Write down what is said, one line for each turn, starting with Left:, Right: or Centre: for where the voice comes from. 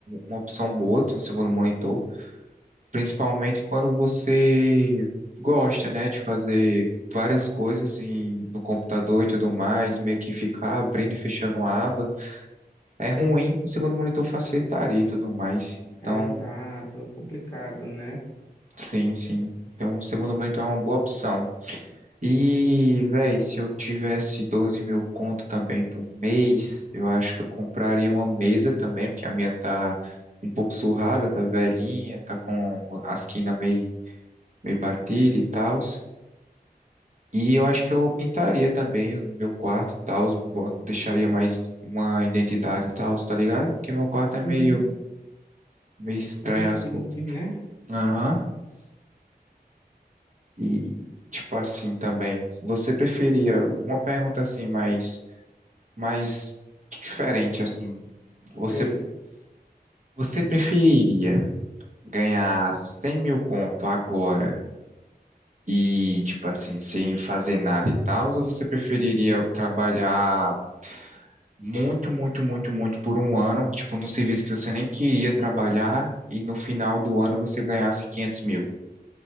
Right: uma opção boa ter um segundo monitor, principalmente quando você gosta, né, de fazer várias coisas em, no computador e tudo mais, meio que ficar abrindo e fechando uma aba. É ruim, o segundo monitor facilitaria e tudo mais. Então,
Left: Exato, é complicado, né?
Right: sim, sim. Então, o segundo monitor é uma boa opção. E, véi, se eu tivesse 12 mil conto também por mês, eu acho que eu compraria uma mesa também, porque a minha tá um pouco surrada, tá velhinha, tá com a esquina meio, meio batida e tal. E eu acho que eu pintaria também o meu quarto e tal, deixaria mais uma identidade e tal, tá ligado? Porque meu quarto é
Left: Uhum.
Right: meio, meio estranho
Left: Aqui simples,
Right: as cores.
Left: né?
Right: Aham. E, tipo assim, também, você preferia, uma pergunta assim, mais mas diferente assim.
Left: Sei.
Right: Você, você preferiria ganhar 100 mil conto agora e, tipo assim, sem fazer nada e tal, ou você preferiria trabalhar muito, muito, muito, muito por um ano, tipo, num serviço que você nem queria trabalhar e no final do ano você ganhasse 500 mil?